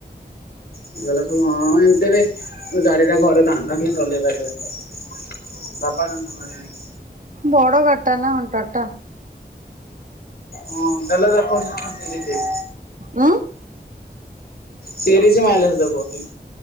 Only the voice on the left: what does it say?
ହେଇଗଲା ସବୁ ହଁ ଏମିତି ବି ଗାଡି ଟା ଘରେ ଥାଆନ୍ତା କେହି ଚଲେଇ ପାରିବେନି। ବାବା ତାଙ୍କୁ ଘୋଡେଇ ନେଇକି।
ହଁ ତାହେଲେ ତାକୁ କହିଦେ
ତିରିଶି ମାଇଲେଜ୍ ଦେଖଉଚି।